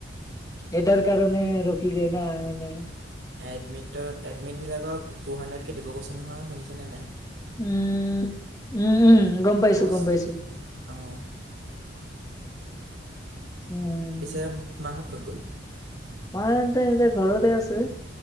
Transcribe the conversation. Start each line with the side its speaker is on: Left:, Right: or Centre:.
Left: এটাৰ কাৰণে ৰখি যায় না মানে।
Right: এডমিটত এডমিনবিলাকক টু হাণ্ড্ৰেডকৈ দিব কৈছে নহয়, শুনিছেনে নাই?
Left: উম, উম-উম গ'ম পাইছো
Right: কচ
Left: গম পাইছো।
Right: অ'
Left: উম,
Right: পিছে মাহত ক'ত গ'ল?
Left: মাহতে এতিয়া ঘৰতে আছে।